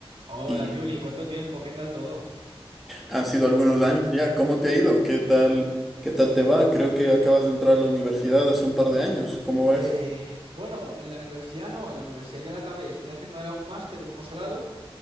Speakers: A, on the right; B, in the centre.
A: Hola
B: Y
A: Yuli, ¿cuánto tiempo? ¿Qué tal todo?
B: han sido algunos
A: Yuri.
B: años ya. ¿Cómo te ha ido? ¿Qué tal? ¿Qué tal te va? Creo que acabas de entrar a la universidad hace un par de años. ¿Cómo va
A: Eh,
B: eso?
A: bueno, en la universidad no, en la universidad ya la acabé. Estoy haciendo ahora un máster, un posgrado,